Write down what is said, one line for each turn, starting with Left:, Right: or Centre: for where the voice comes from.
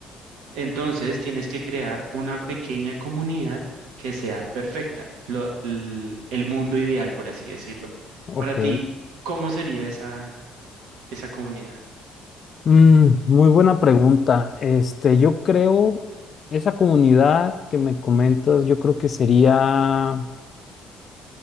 Right: Entonces, tienes que crear una pequeña comunidad que sea perfecta, lo- l- el mundo ideal, por así decirlo.
Left: Ok.
Right: Para ti, ¿cómo sería esa, esa comunidad?
Left: Mm, muy buena pregunta. Este, yo creo, esa comunidad que me comentas, yo creo que sería,